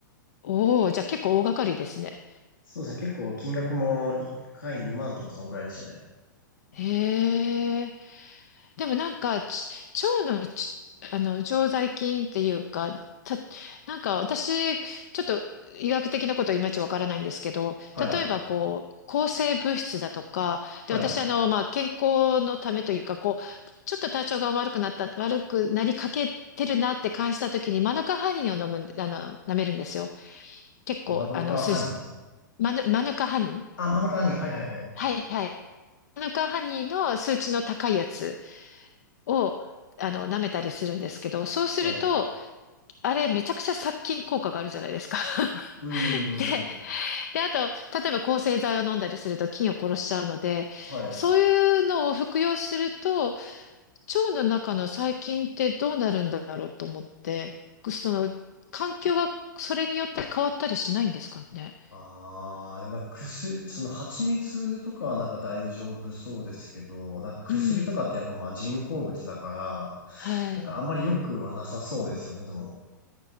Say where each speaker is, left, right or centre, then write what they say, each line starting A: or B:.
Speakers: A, on the left (about 55°); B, on the left (about 75°).
A: おおー、じゃあ結構大掛かりですね。
B: そうですね。結構金額も1回2万とかそんくらいでしたね。
A: へえ。でもなんか、ち腸のち、あの、常在菌っていうか、た、なんか私、ちょっと医学的なこといまいちわからないんですけど、
B: はい。
A: 例えばこう、抗生物質だとか、で、
B: はい。
A: 私あの、まあ、健康のためというか、こう、ちょっと体調が悪くなった、悪くなりかけてるなって感じた時に、マヌカハニーを飲むん、あの、舐めるんですよ。結構、
B: マドカーハニー。
A: あの、数字、マヌ、マヌカハニー
B: あ、マドカーハニー。はいはいはい。
A: はいはい。マヌカハニーの数値の高いやつ。を、あの、舐めたりするんですけど、そうすると、
B: はい。
A: あれめちゃくちゃ殺菌効果があるじゃないですか。<laughs>
B: うー
A: で、
B: ん。
A: で、あと、例えば抗生剤を飲んだりすると菌を殺しちゃうので、
B: はい。
A: そういうのを服用すると、腸の中の細菌ってどうなるんだろうと思って、その、環境がそれによって変わったりしないんですかね。
B: ああ、でもなんか薬、その蜂蜜とかはなんか大丈夫そうですけど、なんか薬とかってやっぱまあ人工物だから、
A: うん。はい。
B: なんかあんまり良くはなさそうですよね、でも。